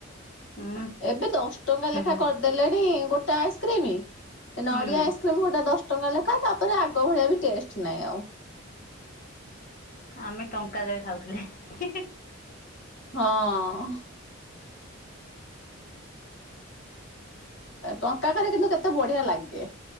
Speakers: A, on the left; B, on the left.
A: ହୁଁ
B: ଏବେ ଦଶ ଟଙ୍କା
A: ହୁଁ।
B: ଲେଖା କରିଦେଲେଣି। ଗୋଟେ ଆଇସ୍କ୍ରିମ। ନଡ଼ିଆ
A: ହୁଁ
B: ଆଇସ୍କ୍ରିମ ଗୋଟା ଦଶ ଟଙ୍କା ଲେଖାଏ ତାପରେ ଆଗ ଭଳିଆ ବି ଟେଷ୍ଟ ନାହିଁ ଆଉ
A: ଆମେ ଟଙ୍କାକରେ ଖାଉଥିଲେ
B: ହଁ ଟଙ୍କା କରେ କିନ୍ତୁ କେତେ ବଢିଆ ଲାଗେ